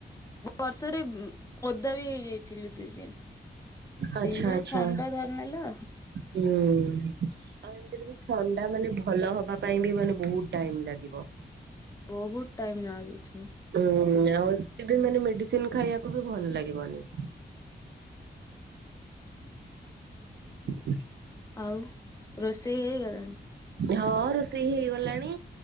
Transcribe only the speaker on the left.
ବର୍ଷାରେ ଓଦା ବି ହେଇଯାଇଥିଲୁ ଦି ଦିନି
ସେଇଥିପାଇଁ
ଥଣ୍ଡା ଧରିନେଲା।
ବହୁତ ଟାଇମ ଲାଗୁଛି।
ଆଉ ରୋଷେଇ ହେଇଗଲାଣି?